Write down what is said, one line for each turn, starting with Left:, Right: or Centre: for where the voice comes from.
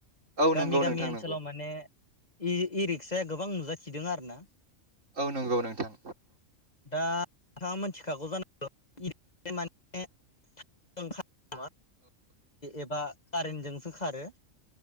Right: औ नंगौ
Left: गामि
Right: नोंथां
Left: गामि ओनसोलाव
Right: नंगौ
Left: माने इ रिक्साया गोबां नुजाथिदों आरो ना
Right: औ नंगौ नोंथां
Left: दा नोंथाङा मिथिखागौ जानागौ इ माने ओं एबा कारेन्टजोंसो खारो